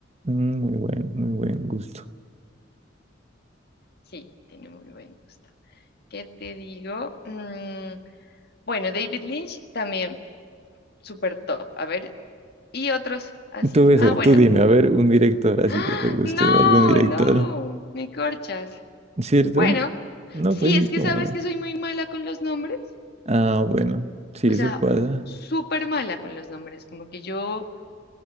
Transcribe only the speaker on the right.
Mm, Muy buen, muy buen gusto.
Tú eso,
tú dime, a ver, un director así
que te guste
o algún director,
¿cierto?
No,
pues
sí, como...
Ah, bueno, sí,
eso
pasa.